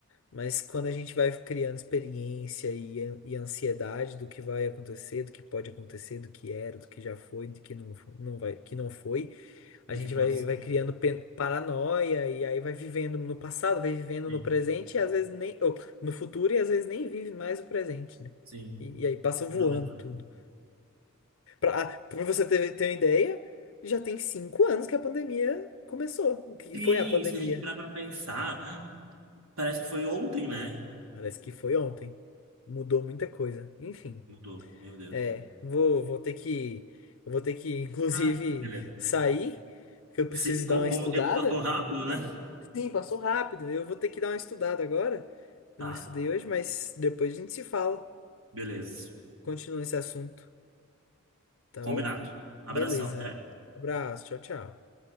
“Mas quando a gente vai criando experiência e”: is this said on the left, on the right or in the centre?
Left